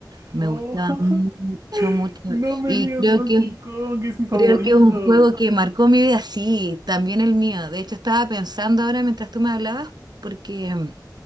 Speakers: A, on the right (about 65°); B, on the right (about 45°).
A: Me
B: Oh,
A: gustaba mucho,
B: <laughs>
A: mucho.
B: no me
A: Y
B: digas
A: creo
B: de Donkey
A: que es
B: Kong, es mi favorito.
A: Creo que es un juego que marcó mi vida, sí, también el mío. De hecho, estaba pensando ahora mientras tú me hablabas, porque